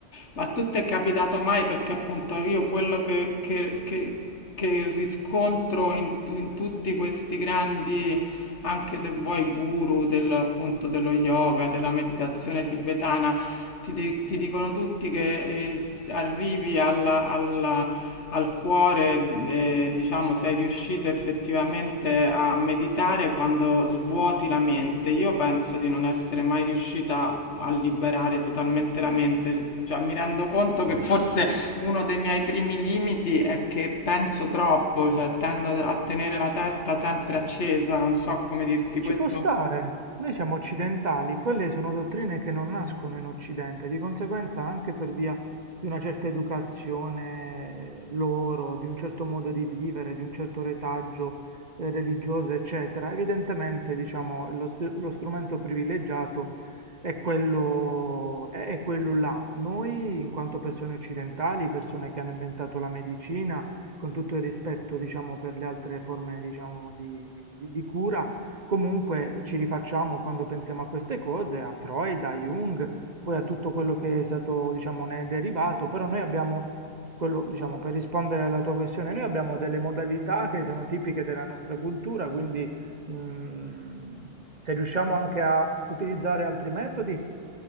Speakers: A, on the left (about 80°); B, on the right (about 40°).
A: Ma a tu ti è capitato mai? Perché appunto io quello che, che- che- che riscontro in, in tutti questi grandi, anche se vuoi, guru del, appunto, dello yoga, della meditazione tibetana, ti, di- ti dicono tutti che eh, s- arrivi alla- alla- al cuore, eh, diciamo, sei riuscito effettivamente a meditare quando svuoti la mente. Io penso di non essere mai riuscita a liberare totalmente la mente. Cioè, mi rendo conto che forse uno dei miei primi limiti è che penso troppo, cioè tendo a a tenere la testa sempre accesa, non so come dirti
B: Ci
A: questo.
B: può stare. Noi siamo occidentali, quelle sono dottrine che non nascono in Occidente, di conseguenza anche per via di una certa educazione eh, loro, di un certo modo di vivere, di un certo retaggio eh, religioso, eccetera. Evidentemente, diciamo, lo, str- lo strumento privilegiato è quello, è è quello là. Noi, in quanto persone occidentali, persone che hanno inventato la medicina, con tutto il rispetto, diciamo, per le altre forme, diciamo, di di- di cura, Comunque ci rifacciamo quando pensiamo a queste cose, a Freud, a Jung, poi a tutto quello che è stato, diciamo, ne è derivato, però noi abbiamo, quello, diciamo, per rispondere alla tua questione, noi abbiamo delle modalità che sono tipiche della nostra cultura, quindi mm, se riusciamo anche a utilizzare altri metodi,